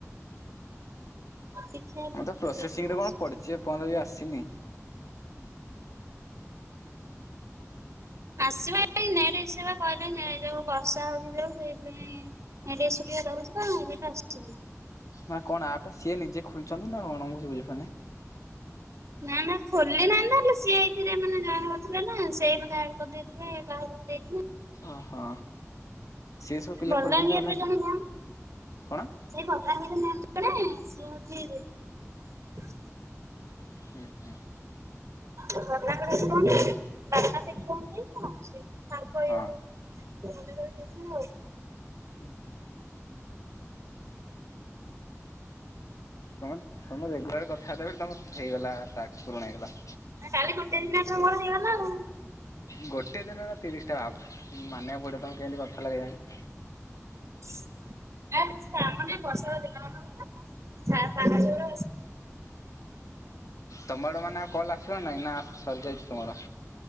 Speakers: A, on the right (about 65°); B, on the left (about 80°).
A: ଦେଖିଆ କେତେ
B: ଆମର ତ ପ୍ରୋସେସିଂ
A: ଲେଟରେ
B: ରେ
A: ଆସୁଛି।
B: କଣ ପଡିଚଛି ଏପର୍ଯ୍ୟନ୍ତ ବି ଆସିନି।
A: ଆସିବା ନ ସେବା କହିଲ ନ ଯୋଉ ବର୍ଷା ହଉଛି ଯୋଉ ସେଇପାଇଁ ଏ ଟେ ରହୁଛି କ ଏ ଆସ <unintelligible>
B: ନା କଣ ଆପ ଟା ସିଏ ନିଜେ ଖୋଲିଛନ୍ତି ନା କଣ ବୁଜିପାରୁନି।
A: ନା ନା ଖୋଲି ନାହାଁନ୍ତିଲେ ସିଏ ଏଇଥିରେ ମାନେ ଜ କରିଥିଲେ ନା ସେ ମତେ ଆଡ କରିଦେଇଥିବେ।
B: ଓହୋ ସିଏ ସବୁ ପିଲା
A: ବଲାଙ୍ଗୀରରେ
B: ପୁରେଇଛନ୍ତି ଆଉ ନା କି
A: ଜଣ
B: କଣ?
A: ସେଇ ଭଲଙ୍ଗ ନା କଣେ ସଏଉଛି <unintelligible>
B: ହୁଁ ହୁଁ।
A: ରତ୍ନାକର କହନ୍ତି ରତ୍ନା ସେଠି କୁହନ୍ତି ତ ତାଙ୍କ
B: ହଁ
A: ଇ <unintelligible> ହଉ <unintelligible>
B: ହୁଁ ହୁଁ ତମେ ତମେ ରେଗୁଲାର କଥା କହିବ ତମ ହେଇଗଲା ଟାକସ୍ ପୁରୁଣ ହେଇଗଲା।
A: କାଲି ଗୋଟେ ଦିନେ ତ ମର ହେଇଗଲା ଆଉ
B: ଗୋଟେ ଦିନରେ ତିରିଶ ଟା ମାନିବାକୁ ପଡିବ ତମେ କେମିତି କଥା ଲଗାଇଲୋଣି।
A: <inaudible> ଆ ତାମାନେ ବର୍ଷର ଦିନ ମାନକର <inaudible> ତାମାନେ <inaudible>
B: ତମର ମାନେ ଆଉ କଲ୍ ଆସୁଛି ନା ନାହିଁ ନା ସରିଯାଇଛି ତମର।